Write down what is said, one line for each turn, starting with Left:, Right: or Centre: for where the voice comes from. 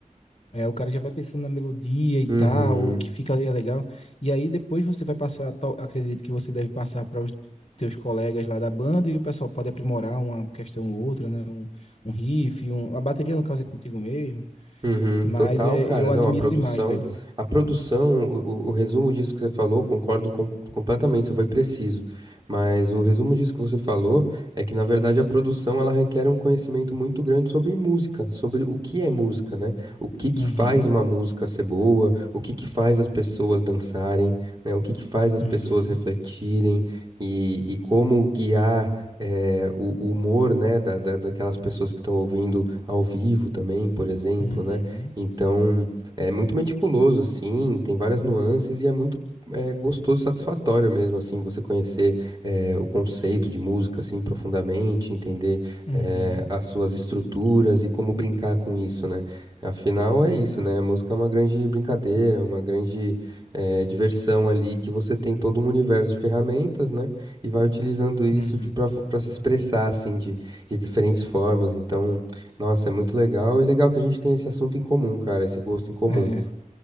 Left: É, o cara já vai pensando na melodia e tal,
Right: Uhum.
Left: o que fica ali é legal. E aí depois você vai passar, tal- acredito que você deve passar para os teus colegas lá da banda e o pessoal pode aprimorar uma questão ou outra, né? Um, um riff, um- a bateria no caso é contigo mesmo,
Right: Uhum,
Left: mas
Right: total,
Left: é,
Right: cara.
Left: eu
Right: Não,
Left: admiro
Right: a produção,
Left: demais, velho.
Right: a produção, o, o- o resumo disso que você falou, concordo com- completamente, você foi preciso. Mas o resumo disso que você falou é que, na verdade, a produção ela requer um conhecimento muito grande sobre música, sobre o que é música, né? O que que
Left: Uhum,
Right: faz uma música ser boa, o que que faz as pessoas dançarem, né? O que que faz as
Left: uhum,
Right: pessoas refletirem e, e como guiar eh, o, o humor, né, da, da- daquelas pessoas que estão ouvindo ao vivo também, por exemplo,
Left: uhum,
Right: né? Então, é muito meticuloso, assim, tem várias nuances e é muito é gostoso, satisfatório mesmo, assim, você conhecer eh, o conceito de música, assim, profundamente, entender
Left: uhum,
Right: eh, as suas estruturas e como brincar com isso, né? Afinal, é
Left: exato.
Right: isso, né? A música é uma grande brincadeira, uma grande eh, diversão ali, que você tem todo um universo de ferramentas, né? e vai utilizando isso
Left: Uhum.
Right: de para se expressar assim de, de diferentes formas. Então, nossa, é muito legal e legal que a gente tem esse assunto em comum, cara, esse gosto em comum.
Left: É.